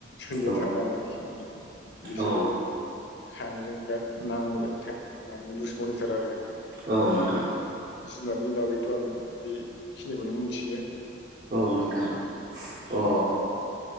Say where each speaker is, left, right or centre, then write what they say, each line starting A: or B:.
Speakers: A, on the left; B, on the right.
A: सोंलायथारा
B: औ
A: आरोखि माने बिसोरो
B: औ
A: सानैजों बिराद नां मे लुस मनिथार आरो
B: औ
A: ओमफ्राय
B: नोंथां
A: जुनारनि बागैथ' आं बेखिनिखौनो मोनथियो
B: औ नोंथां अ